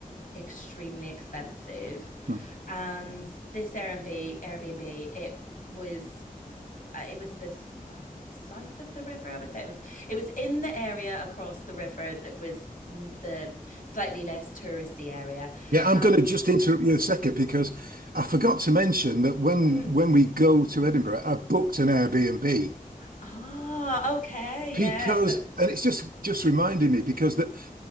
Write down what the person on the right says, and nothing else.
Hmm.
Yeah, I'm
going to just interrupt you a second because I forgot to mention that when
when we go to Edinburgh, I booked an Airbnb.
because
and it's just just reminding me because that